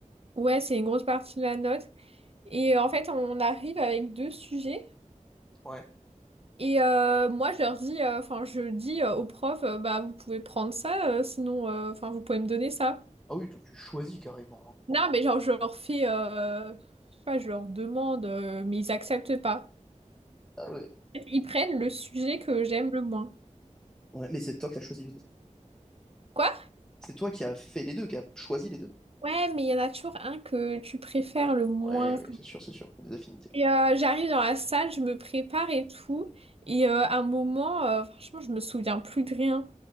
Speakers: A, on the right (about 50°); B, in the centre.
A: Ouais, c'est une grosse partie de la note. Et euh, en fait, on arrive avec deux sujets.
B: Ouais.
A: Et euh, moi, je leur dis, euh, enfin, je dis euh, au prof, euh, bah, vous pouvez prendre ça, euh, sinon, euh, enfin, vous pouvez me donner ça.
B: Ah oui, toi, tu choisis carrément. hein.
A: Non, mais genre, je leur fais, euh, je sais pas, je leur demande, euh, mais ils acceptent pas.
B: Ah ouais.
A: Ils prennent le sujet que j'aime le moins.
B: Ouais, mais c'est toi qui as choisi les deux.
A: Quoi?
B: C'est toi qui as fait les deux, qui as choisi les deux.
A: Ouais, mais il y en a toujours un que tu préfères le moins.
B: Ouais, ouais, c'est sûr, c'est sûr. Des affinités.
A: Et euh, j'arrive dans la salle, je me prépare et tout. Et euh, à un moment, euh, franchement, je me souviens plus de rien.